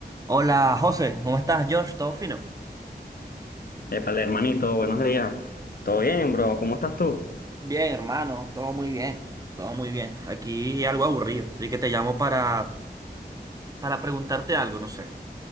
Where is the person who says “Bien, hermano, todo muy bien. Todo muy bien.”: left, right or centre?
Right